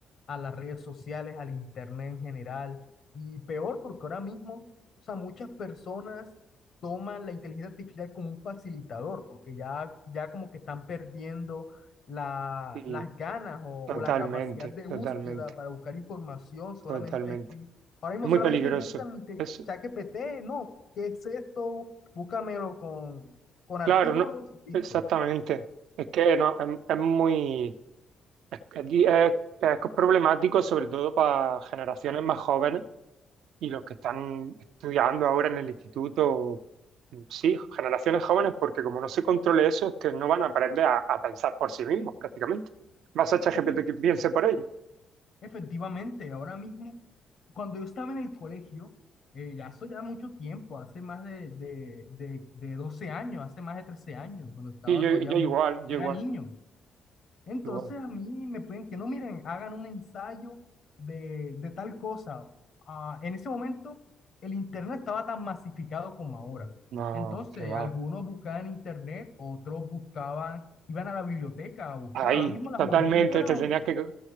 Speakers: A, on the left; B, on the right.
A: a las redes sociales, al internet en general, y peor porque ahora mismo, o sea, muchas personas toman la inteligencia artificial como un facilitador, porque ya, ya como que están perdiendo la,
B: Y
A: las ganas o,
B: totalmente,
A: o la capacidad de
B: totalmente,
A: búsqueda para buscar información solamente
B: totalmente.
A: aquí. Ahora mismo
B: Es muy
A: solamente
B: peligroso.
A: buscan inte-
B: Eso,
A: ChatGPT, no, ¿qué es esto? Búscamelo con con
B: claro,
A: artículos,
B: no,
A: listo.
B: exactamente. Es que no, es, es muy, es, es- es problemático sobre todo para generaciones más jóvenes y los que están estudiando ahora en el instituto, sí, generaciones jóvenes, porque como no se controle eso, es que no van a aprender a, a pensar por sí mismos prácticamente. Vas a ChatGPT
A: Efe-
B: que piense por ellos.
A: efectivamente, ahora mismo, cuando yo estaba en el colegio, eh, ya eso ya mucho tiempo, hace más de, de, de, de 12 años, hace más de 13 años, cuando estaba
B: Y yo,
A: todavía
B: yo
A: un,
B: igual, yo
A: era
B: igual,
A: niño. Entonces
B: igual.
A: a mí me pueden que no, miren, hagan un ensayo de, de tal cosa. Ah, en ese momento el internet estaba tan masificado como ahora.
B: No,
A: Entonces
B: que
A: algunos
B: va.
A: buscaban en internet, otros buscaban, iban a la biblioteca a buscar.
B: Ahí,
A: Ahora mismo la
B: totalmente,
A: juventud de ahora
B: te tenías
A: no,
B: que,